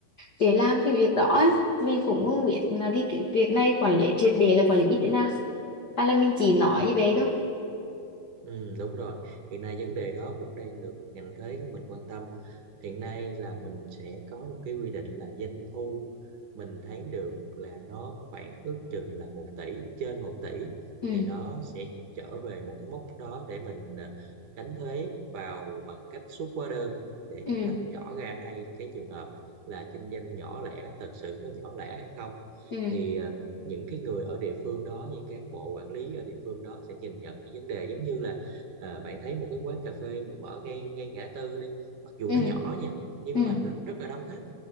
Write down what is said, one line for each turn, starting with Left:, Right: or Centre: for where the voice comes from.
Left: để làm cái việc đó ấy. mình cũng không biết là cái, cái việc này quản lý triệt để là quản lý như thế nào hay là mình chỉ nói
Right: rồi
Left: như vậy thôi
Right: Ừ, đúng rồi. Hiện nay vấn đề đó cũng đang được ngành thuế của mình quan tâm. Hiện nay là mình sẽ có một cái quy định là doanh thu mình thấy được là nó khoảng ước chừng là một tỷ, trên một tỷ
Left: ừ
Right: thì nó sẽ trở về một cái mốc đó để mình à, đánh thuế vào bằng cách xuất hóa đơn để
Left: ừ
Right: mình tách rõ ra hai cái trường hợp là kinh doanh nhỏ lẻ thật sự có nhỏ lẻ hay không.
Left: ừ
Right: Thì à, những cái người ở địa phương đó như cán bộ quản lý ở địa phương đó sẽ nhìn nhận cái vấn đề giống như là à, bạn thấy một cái quán cà phê mình mở ngay ngay ngã tư đi mặc dù
Left: ừ
Right: nó nhỏ nha nhưng
Left: ừ
Right: mà nó rất là đông khách